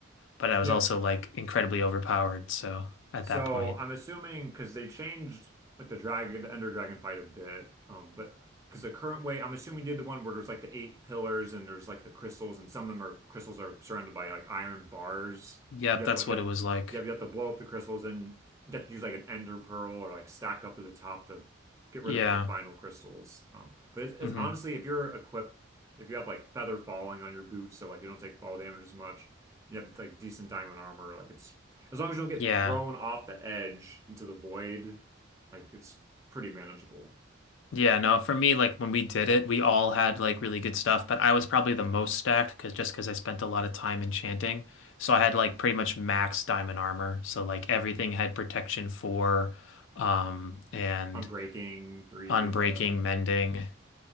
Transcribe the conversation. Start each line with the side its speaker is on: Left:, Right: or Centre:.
Left: but I was
Right: Yeah,
Left: also like incredibly overpowered. So at
Right: So
Left: that point,
Right: I'm assuming because they changed like the dragon, the Ender Dragon fight a bit, um, but because the current way, I'm assuming you did the one where there's like the eight pillars and there's like the crystals, and some of them are crystals are surrounded by like iron bars.
Left: yep,
Right: You have
Left: that's
Right: to like you
Left: what
Right: have,
Left: it was like.
Right: you have, you have to blow up the crystals, and you have to use like an Ender Pearl or like stack up to the top to get rid
Left: Yeah.
Right: of the final crystals. Um, but it's, it's
Left: hmm
Right: honestly, if you're equipped, if you have like feather falling on your boots, so like you don't take fall damage as much, you have like decent diamond armor, like it's as long as you don't get
Left: Yeah.
Right: thrown off the edge into the void, like it's pretty manageable.
Left: Yeah, no, for me, like when we did it, we all had like really good stuff, but I was probably the most stacked because just because I spent a lot of time enchanting. So I had like pretty much max diamond armor. So like everything had protection four, um, and
Right: On breaking three
Left: unbreaking,
Right: and all that.
Left: mending,